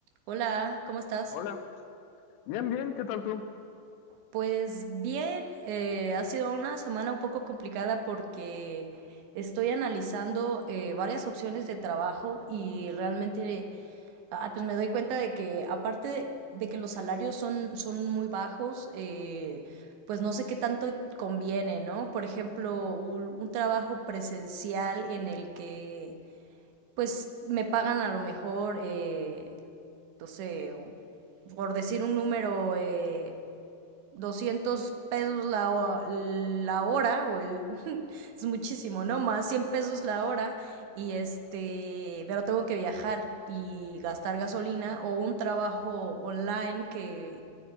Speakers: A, on the right; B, on the left.
A: Hola, ¿cómo estás?
B: Hola, bien, bien, ¿qué tal tú?
A: Pues bien, eh, ha sido una semana un poco complicada porque estoy analizando eh, varias opciones de trabajo y realmente ah, pues me doy cuenta de que aparte de, de que los salarios son, son muy bajos, eh, pues no sé qué tanto conviene, ¿no? Por ejemplo, un un trabajo presencial en el que pues me pagan a lo mejor, eh, no sé, por decir un número, eh, 200 pesos la, ho- la hora, o el, <laughs> es muchísimo, ¿no? Más 100 pesos la hora, y este, pero tengo que viajar y gastar gasolina o un trabajo online que